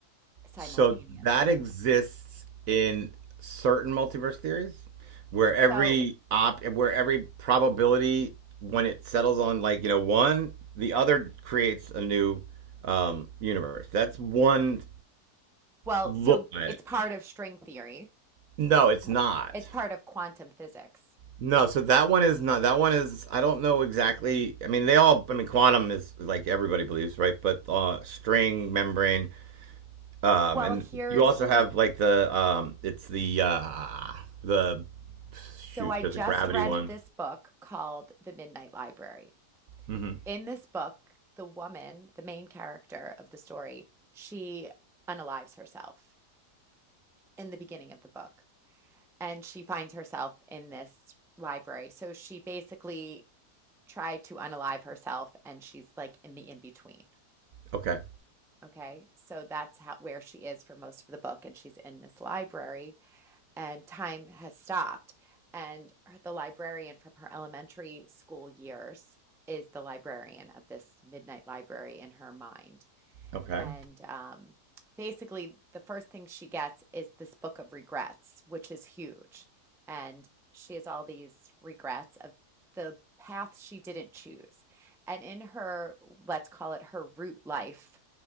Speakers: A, in the centre; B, on the right (about 60°).
A: simultaneously.
B: So that exists in certain multiverse theories where every
A: So,
B: op where every probability when it settles on like, you know, one, the other creates a new um universe. That's one
A: well,
B: look
A: so
B: at
A: it's
B: it.
A: part of string theory.
B: No,
A: It's
B: it's
A: par-
B: not.
A: it's part of quantum physics.
B: No, so that one is not that one is I don't know exactly. I mean, they all I mean quantum is like everybody believes, right? But uh string membrane Um,
A: Well,
B: and
A: here's
B: you also have like the um, it's the uh, the
A: so
B: shoot.
A: I
B: There's
A: just
B: a gravity
A: read
B: one.
A: this book called The Midnight Library.
B: Mm-hmm.
A: in this book, the woman, the main character of the story, she unalives herself in the beginning of the book and she finds herself in this library. So she basically tried to unalive herself and she's like in the in between.
B: Okay.
A: Okay. So that's how where she is for most of the book and she's in this library and time has stopped and the librarian from her elementary school years is the librarian of this midnight library in her mind
B: Okay.
A: And um, basically, the first thing she gets is this book of regrets, which is huge. And she has all these regrets of the path she didn't choose. And in her, let's call it her root life,